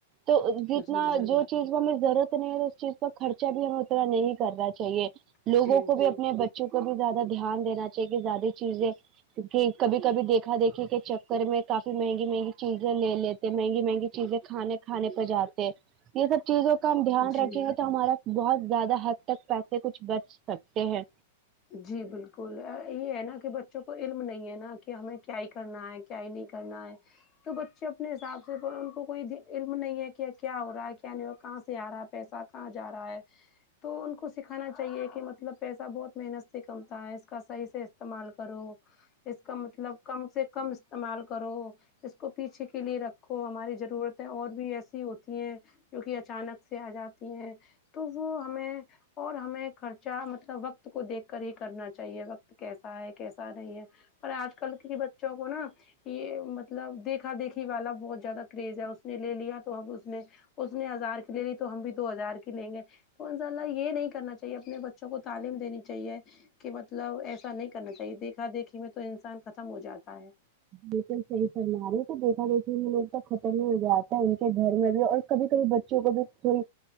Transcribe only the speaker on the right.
تو جتنا
جو چیز کو ہمیں ضرورت نہیں ہے اس چیز کا خرچہ بھی ہمیں اتنا نہیں کرنا لوگوں
کو
بھی اپنے بچوں کو بھی زیادہ دھیان دینا چاہیے کہ زیادہ چیزیں جی کبھی کبھی دیکھا دیکھی کے چکر میں کافی مہنگی مہنگی چیزیں لے لی مہنگی مہنگی چیزیں کھانے کھانا پہ جاتے یہ سب چیزوں کا ہم دھیان
رکھیں گے تو ہمارا بہت زیادہ حد تک پیس سہ کچھ بچ سکتے ہیں
بالکل صحیح فرما رہی ہے تو دیکھا دیکھے میں لوگ تو ختم ہی ہو جاتا ہے ان کے گھر میں بھی اور کبھی کبھی بچوں کو بھی تھوڑی